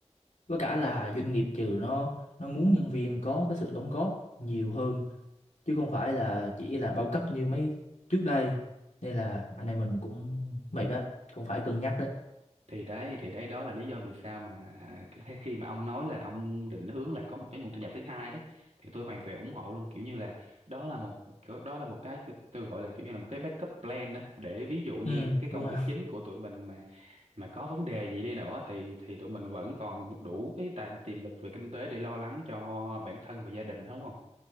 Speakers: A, on the left; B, on the right.
A: với cả là doanh nghiệp trừ nó nó muốn nhân viên có cái sự đóng góp nhiều hơn chứ không phải là chỉ là bao cấp như mấy trước đây nên là anh em mình cũng mệt á cũng phải cân nhắc đó
B: thì đấy thì đấy đó là lý do vì sao mà cái thế khi mà ông nói là ông định hướng là có một cái nguồn thu nhập thứ hai đấy thì tôi hoàn toàn ủng hộ luôn kiểu như là đó là một đó là một cái tôi gọi là kiểu như là một cái backup plan đó để ví dụ như
A: ừ
B: là cái công
A: đúng rồi
B: việc chính của tụi mình mà mà có vấn đề gì đi nữa thì thì tụi mình vẫn còn một đủ cái tài tiềm lực về kinh tế để lo lắng cho bản thân và gia đình đúng không